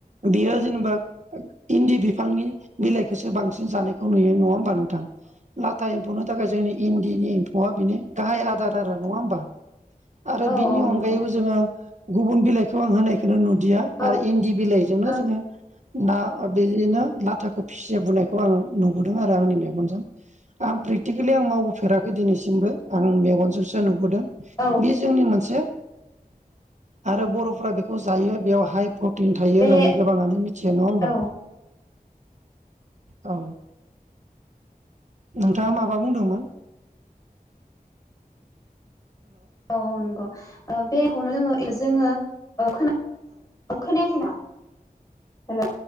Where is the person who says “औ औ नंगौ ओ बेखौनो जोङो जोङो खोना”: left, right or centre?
Left